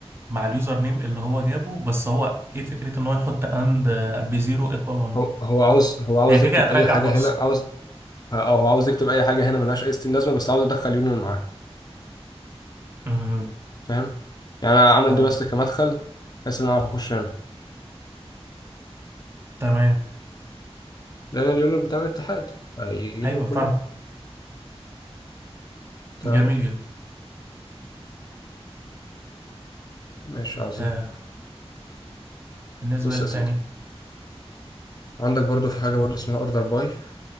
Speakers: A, on the right; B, on the left.
A: مع اليوزر نيم اللي هو جابه بس هو ايه فكرة ان هو يحط اند بزيرو ايكوال 1
B: هو هو عاوز هو عاوز
A: هي كده
B: يكتب
A: كده هترجع
B: اي حاجه
A: فرصة
B: هنا عاوز او هو عاوز يكتب اي حاجه هنا ملهاش اي ستين لازمه بس عاوز ادخل يونيون معاه
A: مهم.
B: فاهم يعني انا عامل
A: تمام
B: دي بس كمدخل بحيث ان انا اعرف اخش هنا
A: تمام
B: لان اليونيون بتاع الاتحاد فيجيبهم
A: ايوه فاهم
B: كلهم تمام
A: جميل جدا
B: ماشي عظيم
A: آه بالنسبة
B: بص
A: للتاني
B: يا سيدي عندك برضو في حاجه برضو اسمها اوردر باي